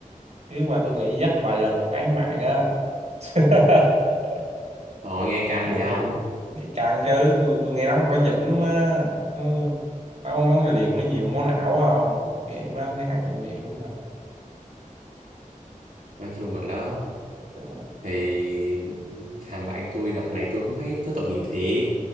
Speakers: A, on the right; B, on the right.
A: Chứ mà tôi nghĩ dắt vài lần còn án mạng á. <laughs>
B: rồi nghe căng
A: Ừ,
B: vậy không
A: Thì căng chứ tôi tôi nghe nói con quá dữ lắm á. Ừ. Ông món liều nó nhiều máu não á không? Nguy hiểm lắm mấy thằng này nguy hiểm lắm, không?
B: nói chung là đó
A: Đúng rồi.
B: thì thằng bạn tôi đợt này tôi cũng thấy nó tội nghiệp thiệt